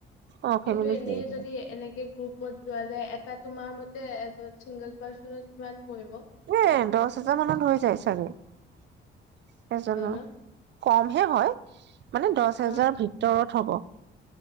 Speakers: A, on the right; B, on the left.
A: অ ফেমিলি
B: কিন্তু এনে
A: এ
B: যদি এনেকে গ্ৰুপ। ক'ত যোৱা যায় এটা তোমাৰ মতে এজন চিংগল পাৰ্চনত কিমান পৰি়ব?
A: এ দচ হাজাৰ মানত হৈ যায়, চাগৈ। এজনৰ।
B: হয় ন
A: কমহে হয়। মানে দচ হেজাৰ
B: অ
A: ভিতৰত হ'ব।